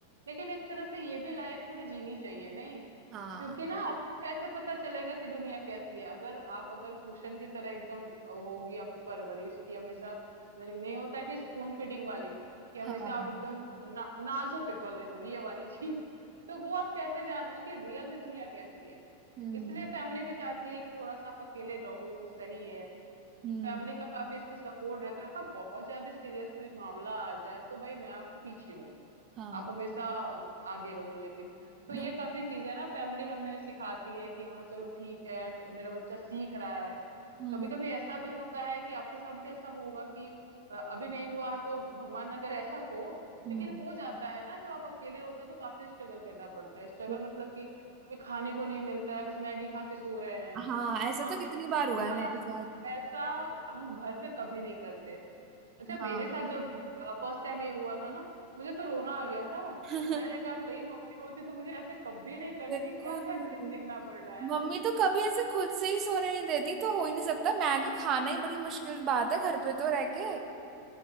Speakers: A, on the right; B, on the right.
A: लेकिन एक तरह से ये भी लाइफ थोड़ी जीनी चाहिए नहीं
B: हाँ
A: क्योंकि ना आपको कैसे पता चलेगा कि दुनिया कैसी है अगर आप अगर कुशन की तरह एकदम होगी आपकी परवरिश की हमेशा नहीं, नहीं होता है कि स्पून फीडिंग वाली कि हमेशा
B: हाँ
A: आप एकदम ना, नाजों पे पले हो ये वाली <laughs> चीज तो वो आप कैसे जानोगे कि रियल में दुनिया कैसी है
B: हम्म
A: इसलिए फैमिली भी चाहती है कि थोड़ा सा आप अकेले रहो सही है
B: हम्म
A: फैमिली का काफी इसमें सपोर्ट रहता है हाँ बहुत ज्यादा सीरियस कोई मामला आ जाए तो भाई मैं आपके पीछे हूँ
B: हाँ
A: आप हमेशा आगे रहो लेकिन तो ये
B: हाँ,
A: काफी चीजें है ना फैमिली हमें सिखाती है कि हाँ चलो ठीक है मेरा बच्चा सीख रहा है
B: हम्म
A: कभी कभी ऐसा भी होता है कि आपके साथ भी ऐसा होगा कि अ, अभी नहीं हुआ है तो भगवान ना करे ऐसा हो
B: हम्म
A: लेकिन हो जाता है ना जब आप अकेले होते हो तो काफी स्ट्रगल करना पड़ता है स्ट्रगल
B: वो-
A: मतलब कि कभी खाने को नहीं मिलता है बस मैगी खा के सो रहे हैं
B: हाँ ऐसा
A: हाँ
B: तो कितनी बार हुआ
A: ऐसा
B: है मेरे साथ
A: ऐसा हम घर पे कभी नहीं करते अच्छा
B: हाँ
A: मेरे साथ जब फर्स्ट टाइम ये हुआ था ना मुझे तो रोना आ गया था
B: <laughs>
A: मैंने कहा वही मम्मी होती तो मुझे ऐसे कभी नहीं करने
B: बिल्कुल
A: दी क्या क्या दिन देखना पड़ रहा है
B: मम्मी तो कभी ऐसे खुद से ही सोने नहीं देती तो हो ही नहीं सकता मैगी खाना ही बड़ी मुश्किल बात है घर पे तो रह के